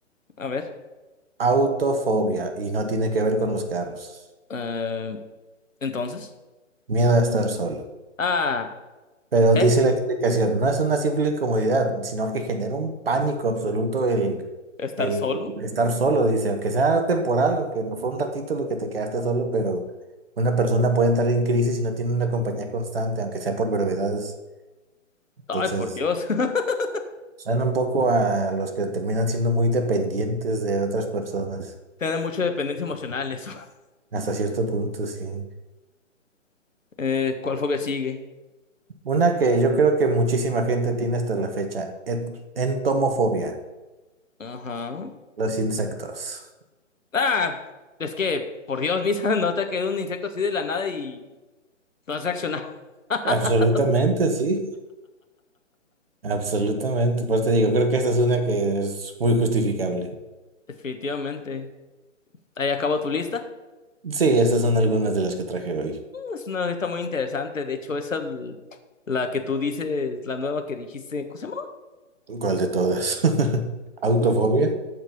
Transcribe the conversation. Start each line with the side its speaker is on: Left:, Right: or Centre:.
Left: A ver.
Right: Autofobia y no tiene que ver con los carros.
Left: eh, entonces.
Right: Miedo a estar solo.
Left: Ah,
Right: Pero
Left: ¿eh?
Right: dice la explicación, no es una simple incomodidad, sino que genera un pánico absoluto el,
Left: ¿Estar
Right: el
Left: solo?
Right: estar solo, dice, aunque sea temporal, aunque no fue un ratito lo que te quedaste solo, pero una persona puede entrar en crisis si no tiene una compañía constante, aunque sea por brevedades. Entonces,
Left: Ay, por Dios. <laughs>
Right: suena un poco a los que terminan siendo muy dependientes de otras personas,
Left: Tener mucha dependencia emocional eso. <laughs>
Right: hasta cierto punto, sí.
Left: Eh, ¿cuál fobia sigue?
Right: Una que yo creo que muchísima gente tiene hasta la fecha, et- entomofobia,
Left: Ajá.
Right: los insectos.
Left: Ah, es que, por Dios, Misa, <laughs> no te ha caído un insecto así de la nada y no has reaccionado. <laughs>
Right: Absolutamente, sí, absolutamente. Por eso te digo, creo que esta es una que es muy justificable.
Left: Definitivamente. Ahí acabó tu lista.
Right: Sí, esas son algunas de las que traje hoy.
Left: Es una fiesta muy interesante. De hecho, esa l- la que tú dices, la nueva que dijiste, ¿cómo se llama?
Right: ¿Cuál de todas? <laughs> Autofobia.